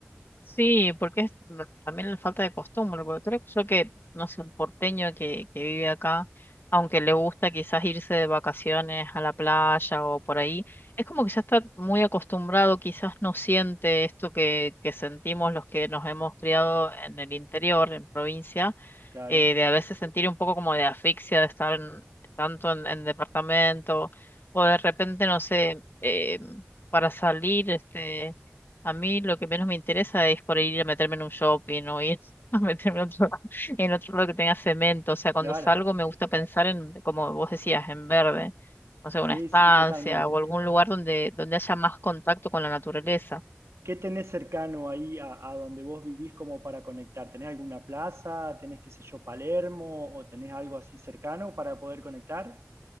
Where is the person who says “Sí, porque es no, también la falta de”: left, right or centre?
Left